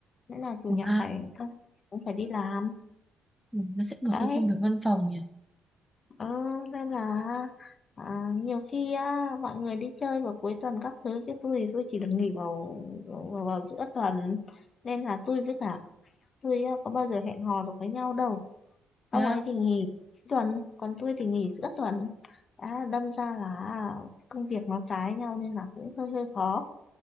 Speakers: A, on the left; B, in the centre.
A: nên là chủ
B: Ừ,
A: nhật
B: ha
A: phải tăng- cũng phải đi làm.
B: ừ. nó sẽ ngược
A: Đấy,
B: với công việc văn phòng nhỉ
A: Ừ, nên là à, nhiều khi á, mọi người đi chơi vào cuối tuần các thứ chứ tôi thì tôi chỉ được nghỉ vào, vào vào giữa tuần nên là tôi với cả tôi á, có bao giờ hẹn hò được với nhau đâu ông
B: thế á?
A: ấy thì nghỉ tuần còn tôi thì nghỉ giữa tuần đã đâm ra là à, công việc nó trái nhau nên là cũng hơi hơi khó